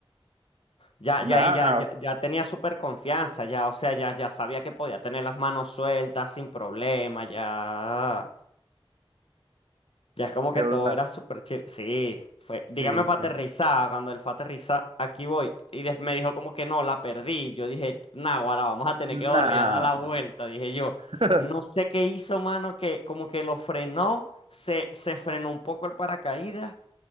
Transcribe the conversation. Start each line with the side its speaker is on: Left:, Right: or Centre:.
Left: Ya, ya,
Right: Nada,
Left: ahí ya, ya, ya tenía súper confianza, ya, o sea, ya, ya sabía que podía tener las manos sueltas sin problema, ya, ya es como
Right: qué
Left: que
Right: brutal.
Left: todo era súper chill. Sí, fue, dígame
Right: Sí,
Left: para aterrizar,
Right: sí.
Left: cuando él fue a aterrizar, aquí voy, y des- me dijo como que no, la perdí, yo dije, nah, ahora vamos a tener que volver
Right: Nada.
Left: a dar la vuelta, dije yo,
Right: <laughs>
Left: no sé qué hizo, mano, que como que lo frenó, se, se frenó un poco el paracaídas